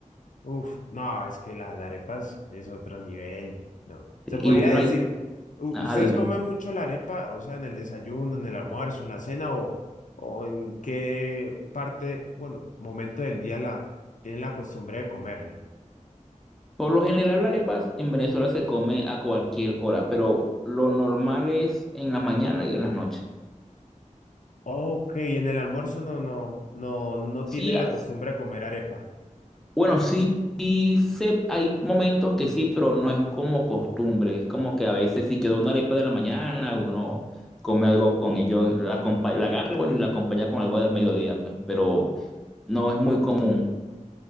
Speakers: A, on the left; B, in the centre.
A: Uf, no, es que las arepas es otro nivel, no.
B: Sí,
A: Se podría
B: y- no,
A: decir,
B: hay
A: u-
B: ajá,
A: ¿ustedes
B: dime.
A: comen mucho la arepa, o sea, en el desayuno, en el almuerzo, en la cena, o, o en qué parte, bueno, momento del día la tienen la costumbre de comerla?
B: Por lo general, la arepa en Venezuela se come a cualquier hora, pero lo normal es en la mañana y en las noches.
A: Ok, en el almuerzo no, no, no, no tienen
B: Sí, a-
A: la costumbre
B: sí-
A: de comer arepa.
B: bueno, sí, sí sé- hay momentos que sí, pero no es como costumbre. Es como que a veces si quedó una arepa de la mañana, uno come algo con ello, la, acompa- la agarra, bueno, y la acompaña con algo del mediodía, pues, pero no es muy común.